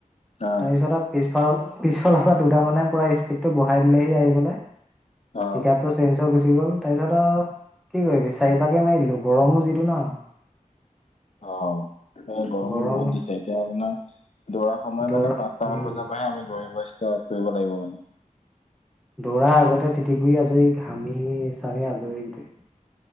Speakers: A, on the left; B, in the centre.
A: অ
B: তাৰপিছত পিছ- পিছফালৰ পৰা দুটা মানে পুৰা স্পীডটো বহাই দিলেহি আহি কিনে,
A: অ
B: পিক আপটো চে্জ- হৈ গুচি গ'ল। তাৰপিছত কি কৰিবি চাৰিপাকে মাৰি দিলো, গৰমো যিটো ন।
A: অ এ গৰমো
B: গৰম
A: বহুত দিছে। এতিয়া আপোনাৰ দৌৰা সময়
B: দৌৰা
A: মানে পাঁচটা
B: উম
A: মান বজাৰ পৰাহে আমি দৌৰিব ষ্টাৰ্ট কৰিব লাগিব মানে।
B: দৌৰাৰ আগতে তিতিপুৰি আজৰি ঘামি চামি আজৰি গোটেই,